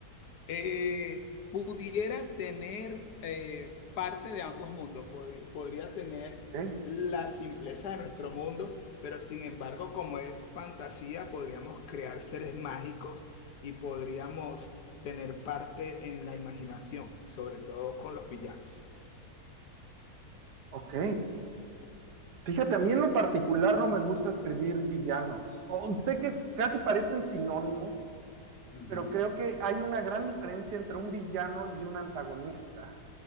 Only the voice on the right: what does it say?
Ok,
ok. Fíjate, a mí en lo particular no me gusta escribir villanos. O- sé que casi parecen sinónimos,
pero creo que hay una gran diferencia entre un villano y un antagonista,